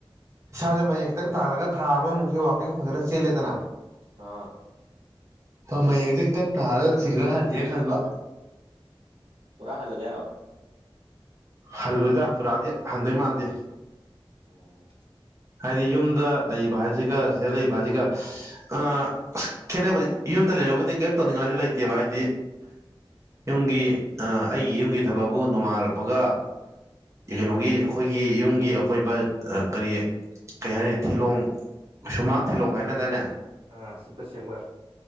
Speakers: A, on the right (about 30°); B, on the right (about 75°).
A: ꯏꯁꯥꯁꯦ ꯃꯌꯦꯛꯡ ꯈꯤꯇꯪ ꯇꯥꯜꯂꯒ ꯊꯥ ꯑꯃꯃꯨꯛꯁꯤꯦ ꯋꯥꯥꯛꯀꯤꯡ ꯐꯖꯅ ꯆꯦꯜꯂꯦꯗꯅ
B: ꯑꯥ
A: ꯍꯣꯏ ꯃꯌꯦꯛꯁꯦ ꯈꯤꯇꯪ ꯇꯥꯔꯒ ꯁꯤꯡꯉ ꯍꯟꯒꯦ ꯈꯟꯕ
B: ꯄꯨꯔꯥ ꯍꯜꯂꯒꯦ ꯍꯥꯏꯔꯣ
A: ꯍꯜꯂꯣꯏꯗ ꯄꯨꯔꯥꯗꯤ ꯍꯟꯗꯣꯏ ꯃꯥꯟꯗꯦ
B: ꯎꯝ
A: ꯍꯥꯏꯗꯤ ꯌꯨꯝꯗ ꯂꯩꯕ ꯍꯥꯏꯁꯤꯒ ꯁꯤꯗ ꯂꯩꯕ ꯍꯥꯏꯁꯤꯒ ꯑ ꯑꯁ ꯈꯦꯠꯅꯕꯗꯤ ꯌꯨꯝꯗ ꯂꯩꯕꯨꯗꯤ ꯀꯔꯤꯝ ꯇꯧꯅꯤꯡꯉꯥꯏꯁꯨ ꯂꯩꯇꯦꯕ ꯍꯥꯏꯗꯤ ꯌꯨꯝꯒꯤ ꯑꯩꯒꯤ ꯌꯨꯝꯒꯤ ꯊꯕꯛꯕꯨ ꯅꯣꯡꯉꯥꯜ ꯕꯒ ꯀꯩꯅꯣꯒꯤ ꯑꯩꯈꯣꯏꯒꯤ ꯌꯨꯝꯒꯤ ꯑꯀꯣꯏꯕ ꯀꯔꯤ ꯀꯩ ꯍꯥꯏꯅꯤ ꯊꯤꯂꯣꯡ ꯁꯨꯃꯥꯡ ꯊꯤꯂꯣꯡ ꯀꯥꯏꯅ ꯇꯅꯦ
B: ꯑ ꯁꯤꯠꯄ ꯁꯦꯡꯕ